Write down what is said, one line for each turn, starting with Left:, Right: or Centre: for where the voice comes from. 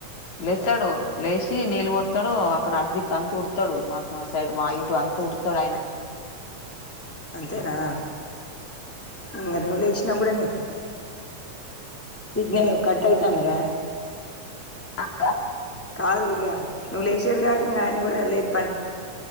Left: లేస్తాడు లేచి నీళ్ళు పోతాడు అక్కడ అటు దిక్కు అంత్ ఉడ్తాడు మాత్ సైడ్ మా ఇటు అంత్ తుడ్తాడ్ ఐనే
Centre: అంతేనా ఇంకా ను లేచినప్పుడేని సిగ్నల్ కట్టాయితాంద్రా
Left: అ ఆ
Centre: కాద్ ఇగ నువ్ లేశేద్ కాక ఇంగ ఆయన్ కూడా లేప్